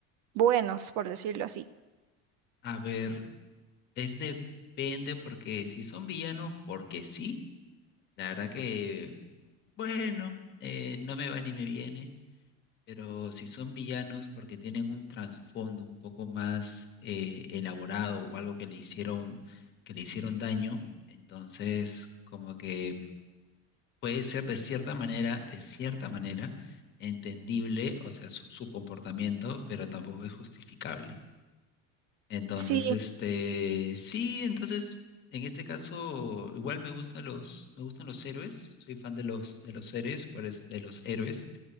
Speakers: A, on the right; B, on the left.
A: buenos, por decirlo así?
B: A ver, es depende, porque si son villanos, porque sí, la verdad que, bueno, eh, no me va ni me viene. Pero si son villanos porque tienen un trasfondo un poco más eh, elaborado o algo que le hicieron, que le hicieron daño, entonces como que puede ser de cierta manera, de cierta manera, entendible, o sea, su, su comportamiento, pero tampoco es justificable. Entonces,
A: Sí.
B: este, sí, entonces, en este caso, igual me gustan los, me gustan los héroes, soy fan de los, de los héroes, por es- de los héroes.